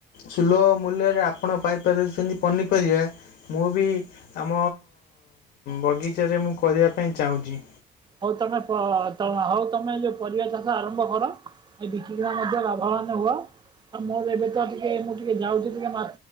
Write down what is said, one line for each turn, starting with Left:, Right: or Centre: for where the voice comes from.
Left: ସୁଲଭ ମୂଲ୍ୟରେ ଆପଣ ପାଇପାରୁଛନ୍ତି ପନିପରିବା ମୁଁ ବି ଆମ ବଗିଚାରେ ମୁଁ କରିବା ପାଇଁ ଚାହୁଁଛି।
Right: ହଉ ତମେ ହଉ ତମେ ଯୋଉ ପରିବା ଆରମ୍ଭ କର। ବିକା ମଧ୍ୟ ଲାଭ ମାନ ହୁଅ। ଆଉ ମୋର ଏବେ ତ ଟିକେ ମୁଁ ଟିକେ ଯାଉଛି ଟିକେ ମ